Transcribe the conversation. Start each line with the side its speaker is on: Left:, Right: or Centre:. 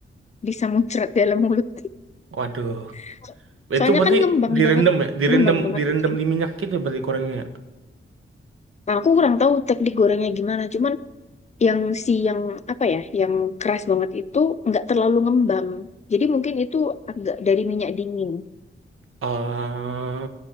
Left: bisa muncrat dalam mulut
Right: Waduh,
Left: <laughs> soalnya
Right: itu berarti
Left: kan ngembang
Right: direndam
Left: banget
Right: ya, direndam
Left: ngembang banget
Right: direndam
Left: gitu ya.
Right: di minyak gitu berarti gorengnya. ya?
Left: Nah, aku kurang tahu teknik gorengnya gimana cuman yang si yang apa ya yang keras banget itu nggak terlalu ngembang jadi mungkin itu agak dari minyak dingin
Right: Eh,